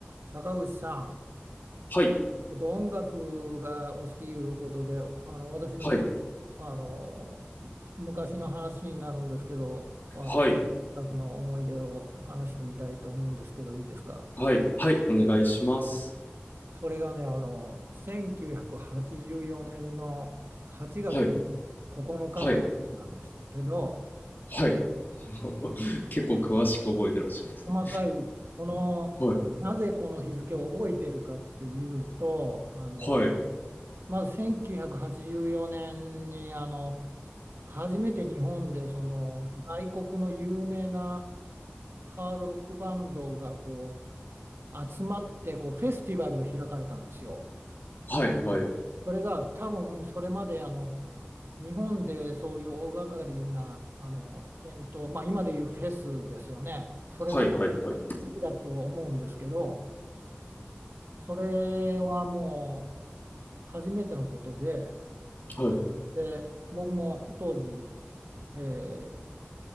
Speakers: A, on the right; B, on the left.
A: 坂口さん、
B: はい、
A: えっと、音楽がお好きいうことで、あの私のちょっと
B: はい、
A: あの昔の話になるんですけど、あの音楽の思い出を話してみたいと思うんですけど、
B: はい、
A: いいですか。
B: はい、はい、お願いします。
A: それがね、あの1984年の8月
B: はい、
A: 9日のかの話なんですけど、
B: はい、はい。<laughs> 結構詳しく覚えてらっしゃいますね。
A: 細かい、この、
B: はい、
A: なぜこの日付を覚えてるかっていうと、あの
B: はい、
A: まず1984年にあの初めて日本でその外国の有名なハードロックバンドがこう集まってこうフェスティバルが開かれたんですよ。
B: はい、はい、
A: それが多分それまであの日本でそういう大掛かりなあのイベント、まあ、今でいうフェスですよね。それの話
B: はい、はい、はい、はい、
A: だと思うんですけど、それはもう初めてのことで、
B: はい、
A: で僕も当時えー